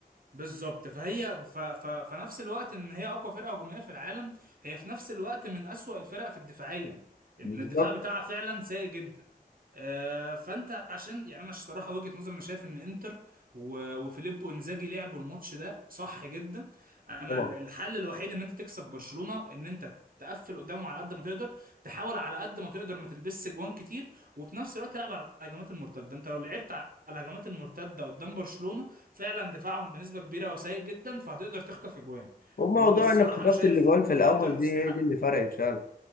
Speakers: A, on the right (about 65°); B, on the left (about 65°).
A: بالظبط فهي ف... ف... فنفس الوقت ان هي اقوى فرقه هجوميه في العالم هي في نفس الوقت من اسوأ الفرق في الدفاعيا ان
B: بالظبط
A: الدفاع بتاعها فعلا سيء جدا آه، فانت عشان يعني انا الصراحه وجهه نظري انا شايف ان انتر و- وفيليبو انزاجي لعبوا الماتش ده صح جدا انا
B: طبعا
A: ال- الحل الوحيد ان انت تكسب برشلونه ان انت تقفل قدامهم على قد ما تقدر تحاول على قد ما تقدر ما تلبسش جوان كتير وفي نفس الوقت تلعب على الهجمات المرتده انت لو لعبت على الهجمات المرتده قدام برشلونه فعلا دفاعهم بنسبة كبيرة وسيء جدا فهتقدر تخطف اجوان
B: وموضوع
A: والصراحة
B: انك خطفت
A: انا شايف
B: الاجوان في الاول
A: انتر تستحق
B: دي هي دي اللي فرقت فعلا